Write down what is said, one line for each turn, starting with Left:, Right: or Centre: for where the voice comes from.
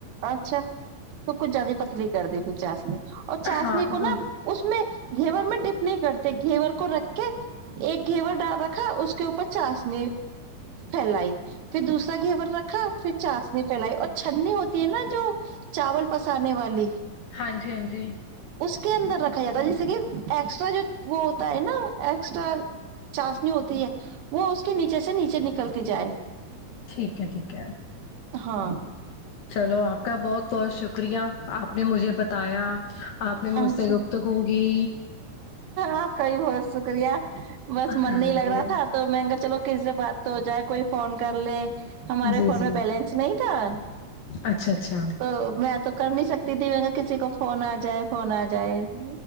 Right: اچھا تو کچھ زیادہ پتلی کر دی پ چاسنی اور چاسنی
Left: ہاں
Right: کو نا
Left: وہ
Right: اس میں گھیور میں ڈپ نہیں کرتے گھیور کو رکھ کے ایک گھیور ڈال رکھا اس کے اوپر چاسنی پھیلائی پھر دوسرا گھیور رکھا پھر چاس نے پھیلائی اور <inaudible> ت نا جو چاول پسانے والی
Left: ہاں جی ہاں جی
Right: اس کے اندر رکھا جاتا ہے جیسے کہ ایکسٹرا جو وہ ہوتا ہے نا ایکسٹرا چاشنی ہوتی ہے وہ اس کے نیچے سے نیچے نکلتی جائے
Left: ٹھیک ہے ٹھیک ہے
Right: ہاں
Left: چلو آپ کا بہت بہت شکریہ آپ نے مجھے بتایا آپ نے مجھ
Right: اچھا
Left: سے گفتگوگی
Right: آپ کا ہی بہت شکریہ بس من
Left: ہاں
Right: نہیں لگ
Left: جی
Right: رہا تھا تو میں کہا چلو کس سے بات تو ہو جائے کوئی فون کر لے ہمارے
Left: جی
Right: فون
Left: جی
Right: میں بیلنس نہیں تھا
Left: اچھا اچھا
Right: تو میں تو کر نہیں سکتی تھی میں کہ کسی کو فون آ جائے فون آ جائے